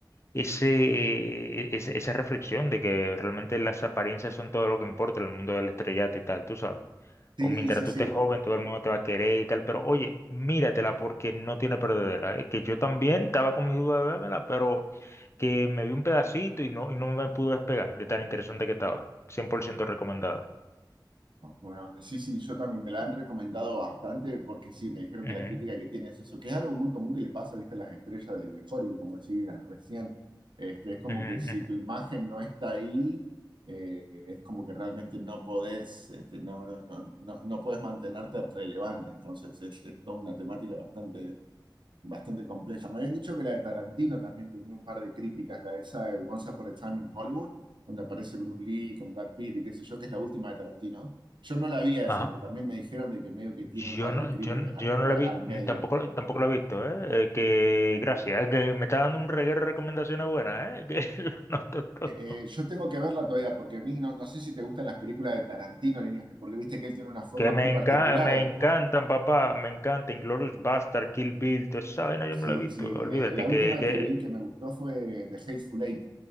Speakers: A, on the left; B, on the right.
A: ese, eh, ese- esa reflexión de que realmente las apariencias son todo lo que importa en el mundo del estrellato y tal, tú sabes.
B: Sí,
A: O mientras
B: sí,
A: tú
B: sí.
A: estés joven, todo el mundo te va a querer y tal, pero oye, míratela porque no tiene perdedera, ¿eh? Que yo también estaba con mis dudas de vérmela, pero que me vi un pedacito y no, y no me pude despegar de tan interesante que estaba. 100% recomendada.
B: Bueno, sí, sí, yo también me la han recomendado bastante porque sí, me dijeron que
A: Ujú,
B: la crítica que tiene es eso, que es algo muy común que le pasa, viste, a las estrellas de de Hollywood, como decías recién. Este, es como
A: ujú,
B: que si
A: ujú.
B: tu imagen no está ahí, eh, es como que realmente no podés, este, no, no, no, no, no podés mantenerte relevante. Entonces, es, es toda una temática bastante bastante compleja. Me habían dicho que la de Tarantino también tenía un par de críticas, la de esa de Once Upon a Time in Hollywood, donde aparece Bruce Lee con Brad Pitt y qué sé yo, que es la última de Tarantino. Yo no la vi a esa,
A: Ajá.
B: pero también me dijeron de que medio que tiene
A: Yo
B: un par
A: no,
B: de críticas
A: yo, no- yo
B: al,
A: no la
B: a-
A: vi,
B: al medio.
A: mm, tampoco, la- tampoco la he visto, ¿eh? Eh, que gracias, ¿eh? que me está dando un reguero de recomendaciones buenas, ¿eh? Que <laughs> lo noto todo.
B: Eh, eh, yo tengo que verla todavía, porque a mí no, no sé si te gustan las películas de Tarantino, líneas, porque viste que él tiene una forma
A: Que
B: muy
A: me
B: particular.
A: encanta, me
B: de-
A: encantan, papá, me encanta Inglourious Bastard, Kill Bill, toda esa vaina
B: sí,
A: yo me la he visto,
B: sí.
A: olvídate,
B: eh, la última
A: que, que
B: que vi que me gustó fue The Hateful Eight.